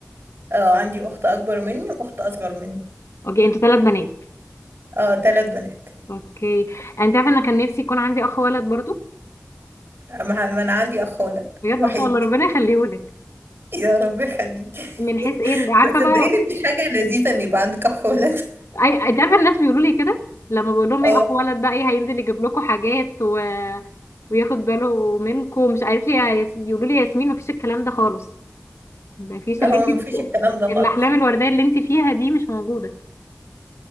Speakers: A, on the right; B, on the left.
A: اه عندي اخت اكبر مني واخت اصغر مني
B: اوكي انتوا ثلاث بنات
A: اه ثلاث بنات
B: اوكي انت عارفة انا كان نفسي يكون عندي اخ ولد برضو
A: اما ما انا عندي اخ ولد
B: بجد
A: وحيد
B: ما شاء الله ربنا يخليهولك
A: <laughs> يا رب يخليك <laughs>
B: من حيث ايه عارفة
A: بس صدقيني
B: بقى
A: دي حاجة لذيذة ان يبقى عندك اخ ولد <laughs>
B: اي انت عارفة الناس بيقولوا لي كده لما بقول لهم
A: اه
B: ايه اخ ولد بقى ايه هينزل يجيب لكم حاجات و... وياخد باله منكم مش قالت لي يا ياس- يقولوا لي يا ياسمين مفيش الكلام ده خالص مفيش
A: لا
B: اللي
A: هو
B: انت بت...
A: مفيش الكلام ده خالص
B: الاحلام الورديه اللي انت فيها دي مش موجوده